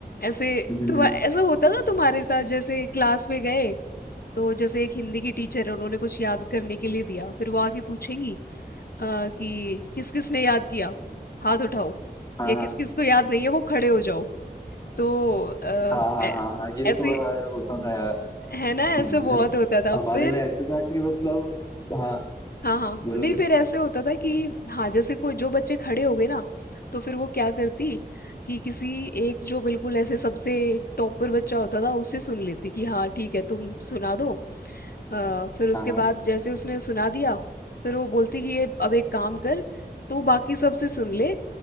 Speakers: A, on the left (about 65°); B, on the left (about 20°).
A: ऐसे
B: हम्म,
A: तुम
B: हम्म,
A: ऐसा होता था तुम्हारे साथ जैसे क्लास में गए तो जैसे एक हिंदी की टीचर है उन्होंने कुछ याद करने के लिए दिया फिर वो आके पूछेंगी अ, कि किस किस ने याद किया हाथ उठाओ
B: हाँ
A: या
B: हाँ
A: किस किस को याद नहीं है वो खड़े हो जाओ तो अ,
B: हाँ हाँ
A: ऐ-
B: हाँ हाँ ये
A: ऐसे
B: तो यार होता था यार
A: है ना ऐसे
B: <laughs> हम्म,
A: बहुत होता था
B: हमारे
A: फिर
B: में ऐसे था कि मतलब हाँ
A: हाँ हाँ
B: बोलो
A: नहीं
B: बोलो
A: फिर ऐसे होता था कि हाँ जैसे कोई जो बच्चे खड़े हो गए ना तो फिर वो क्या करती कि किसी एक जो बिल्कुल ऐसे सबसे टॉप पर बच्चा होता था उससे सुन लेती कि हाँ ठीक है तुम सुना दो अ, फिर उसके
B: हाँ हाँ
A: बाद जैसे उसने सुना दिया फिर वो बोलती कि ये अब एक काम कर तू बाकी सबसे सुन ले